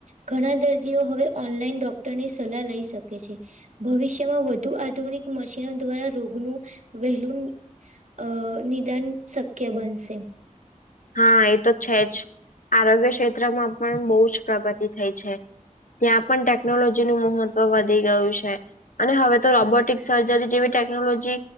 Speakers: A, on the right (about 60°); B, on the left (about 75°).
A: ઘણા દર્દીઓ હવે ઓનલાઈન ડોક્ટરની સલાહ લઈ શકે છે. ભવિષ્યમાં વધુ આધુનિક મશીનો દ્વારા રોગનું વહેલું અ નિદાન શક્ય બનશે.
B: હા, એ તો છે જ આરોગ્ય ક્ષેત્રમાં પણ બહુ જ પ્રગતિ થઈ છે. ત્યાં પણ ટેકનોલોજી નું મહત્વ વધી ગયું છે. અને હવે તો રોબોટિક સર્જરી જેવી ટેકનોલોજી